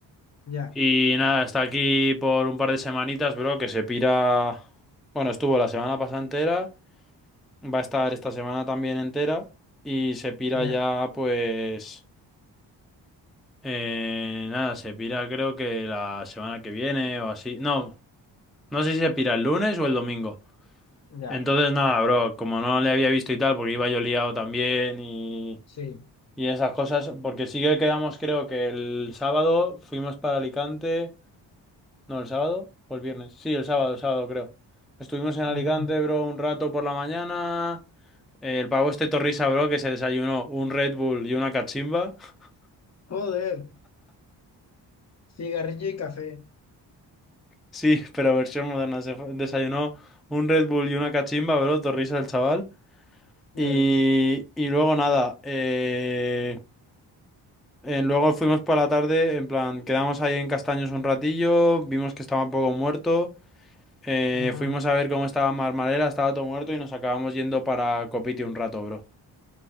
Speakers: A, on the left (about 35°); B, in the centre.
A: ya,
B: Y nada, está aquí por un par de semanitas, bro, que se pira... Bueno, estuvo la semana pasada entera, va a estar esta semana también entera y se pira
A: ya,
B: ya pues... eh, nada, se pira creo que la semana que viene o así. No, no sé si se pira el lunes o el domingo.
A: ya,
B: Entonces nada, bro, como no le había visto y tal, porque iba yo liado también Y
A: sí,
B: esas cosas, porque sí que quedamos, creo que el sábado fuimos para Alicante. No, el sábado o el viernes. Sí, el sábado, el sábado creo. Estuvimos en Alicante,
A: ujú.
B: bro, un rato por la mañana. Eh, El pavo este Torrisa, bro, que se desayunó un Red Bull y una cachimba. <laughs>
A: Joder, cigarrillo y café,
B: Sí, pero versión moderna. Se fue- desayunó un Red Bull y una cachimba, bro, Torrisa el chaval.
A: ya
B: Y,
A: ves,
B: y luego nada, eh, eh, luego fuimos por la tarde, en plan, quedamos ahí en Castaños un ratillo, vimos que estaba un poco muerto. Eh,
A: ajá,
B: fuimos a ver cómo estaba Marmarela, estaba todo muerto y nos acabamos yendo para Copiti un rato, bro.